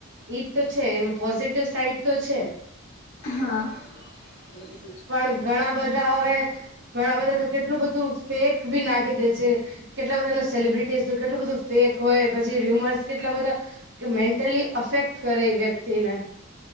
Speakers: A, on the right; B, on the left.
A: ઈ તો છે એનું પોઝિટિવ સાઈડ તો છે
B: હા હમ <unintelligible>
A: પણ ઘણા બધા હવે ઘણા બધા તો કેટલું બધું ફેક ભી નાખી દે છે. કેટલા બધા ન સેલિબ્રિટીઝ નું કેટલું બધું ફેક હોય પછી ર્યુમર્સ કેટલા બધા કે મેન્ટલી અફેક્ટ કરે એ વ્યક્તિ ને